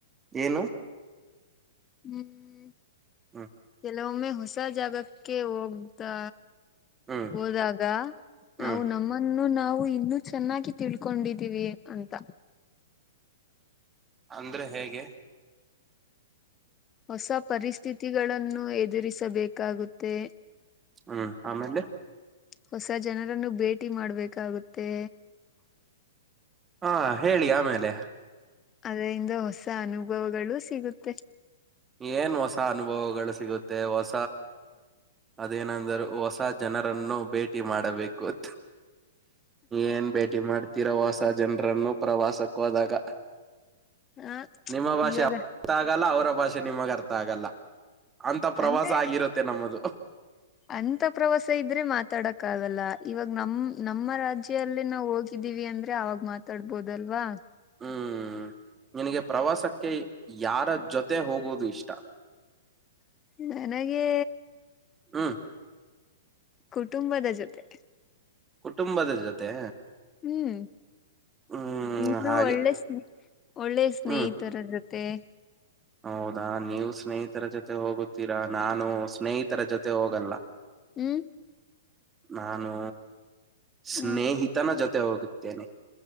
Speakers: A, on the right; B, on the left.
A: ಏನು
B: ಹ್ಮ್
A: ಹ್ಮ್
B: ಕೆಲವೊಮ್ಮೆ ಹೊಸ ಜಾಗಕ್ಕೆ ಹೋಗ್ದ
A: ಹ್ಮ್
B: ಹೋದಾಗ
A: ಹ್ಮ್
B: ನಾವು ನಮ್ಮನ್ನು ನಾವು ಇನ್ನು ಚೆನ್ನಾಗಿ ತಿಳ್ಕೊಂಡಿದೀವಿ ಅಂತ
A: ಅಂದ್ರೆ ಹೇಗೆ
B: ಹೊಸ ಪರಿಸ್ಥಿತಿಗಳನ್ನು ಎದುರಿಸಬೇಕಾಗುತ್ತೆ
A: ಹ್ಮ್ ಆಮೇಲೆ
B: ಹೊಸ ಜನರನ್ನು ಭೇಟಿ ಮಾಡ್ಬೇಕಾಗುತ್ತೆ
A: ಹಾ ಹೇಳಿ ಆಮೇಲೆ
B: ಅದರಿಂದ ಹೊಸ ಅನುಭವಗಳು ಸಿಗುತ್ತೆ
A: ಏನ್ ಹೊಸ ಅನುಭವಗಳು ಸಿಗುತ್ತೆ ಹೊಸ ಅದೇನಂದರು ಹೊಸ ಜನರನ್ನು ಭೇಟಿ ಮಾಡಬೇಕು ಅ ಏನ್ ಭೇಟಿ ಮಾಡ್ತಿೀರ ಹೊಸ ಜನರನ್ನು ಪ್ರವಾಸಕ್ಕೋದಾಗ
B: ಹ
A: ನಿಮ್ಮ ಭಾಷೆ
B: ಇವಾಗ
A: ಅವರ ಅರ್ಥ ಆಗಲ್ಲ ಅವರ ಭಾಷೆ ನಿಮಗರ್ಥ ಆಗಲ್ಲ ಅಂತ ಪ್ರವಾಸ
B: ಅಂತೆ
A: ಆಗಿರುತ್ತೆ ನಮ್ಮದು
B: ಅಂತ ಪ್ರವಾಸ ಇದ್ರೆ ಮಾತಾಡಕ್ ಆಗಲ್ಲ ಇವಾಗ ನಮ ನಮ್ಮ ರಾಜ್ಯಲ್ಲ ನಾವವು ಹೋಗಿ ಹಕ್ಕಿದೀವಿ ಅಂದ್ರೆ ಅವಾಗ ಮಾತಾಡ್ಬೋದಲ್ವಾ
A: ಹ್ಮ್ ನಿನಗೆ ಪ್ರವಾಸಕ್ಕೆ ಯಾರ ಜೊತೆ ಹೋಗೋುದು ಇಷ್ಟ
B: ನನಗೆ
A: ಹಾ
B: ಕುಟುಂಬದ ಜೊತೆ
A: ಕುಟುಂಬದ ಜೊತೆ
B: ಹ್ಮ್
A: ಹ್ಮ್
B: ಇನ್ನೂ
A: ಹಾಗೆ
B: ಒಳ್ಳೆ ಸ್ ಒಳ್ಳೆ ಸ್ನೇಹಿತರ
A: ಹ್ಮ್
B: ಇರುತ್ತೆ ಮತ್ತು
A: ಹೌದಾ ನೀವು ಸ್ನೇಹಿತರ ಜೊತೆ ಹೋಗುತ್ತೀರಾ ನಾನು ಸ್ನೇಹಿತರ ಜೊತೆ ಹೋಗಲ್ಲ
B: ಹ್ಮ್
A: ನಾನು ಸ್ನೇಹಿತನ
B: ಹ
A: ಜೊತೆ ಹೋಗುತ್ತೇನೆ